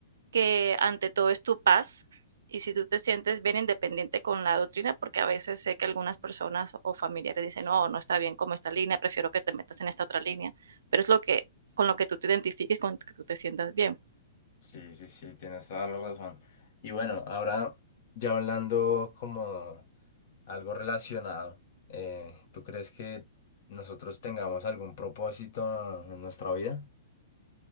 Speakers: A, on the right; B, on the left.
A: que ante todo es tu paz y si tú te sientes bien independiente con la doctrina, porque a veces sé que algunas personas o familiares dicen, no, no está bien como esta línea, prefiero que te metas en esta otra línea, pero es lo que con lo que tú te identifiques, con lo que tú te sientas bien.
B: sí, sí, sí, tienes toda la razón. Y bueno, ahora ya hablando como algo relacionado, eh, ¿tú crees que nosotros tengamos algún propósito en nuestra vida?